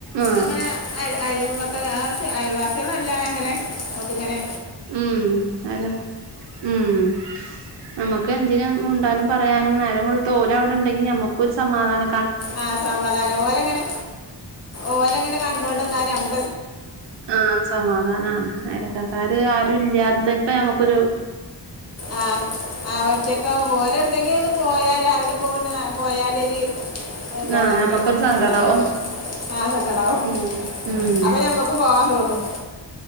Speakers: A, on the right; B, on the left.
A: ആഹ്
B: അങ്ങനെ അയൽ അയൽവക്ക അയൽവാസികളല്ല ങ്ങനെ <unintelligible> ങ്ങനെ
A: ഉം ഹലോ ഉം നമുക്കെന്തിന മുണ്ടാനും പറയാനും നേരം വെളുത്ത് ഓല് അവിടെണ്ടെങ്കി നമുക്കും ഒരു സമാധാന
B: ആ സമാധാന ഓലങ്ങനെ ഓലങ്ങനെ കണ്ടോണ്ട് നിന്നാലും നമു
A: ആഹ് സമാധാന അയലക്കക്കാര് ആരുല്ല <unintelligible> നമുക്കൊരു
B: ആഹ് ആഹ് ഒറ്റക്കാവും ഓലെവ്ട്ക്കെങ്കിലൊന്ന് പോയാൽ <unintelligible> പോയാലൊരു എന്താണ്
A: ആഹ്
B: അങ്ങോട്ട്
A: ഞമ്മക്കൊരു സങ്കടാവും
B: നോക്കാൻ കയ്യൂല്ല ആ സങ്കടാവും
A: ഉം ഉം
B: അപ്പൊ ഞമ്മക്കും പോവാൻ തോന്നും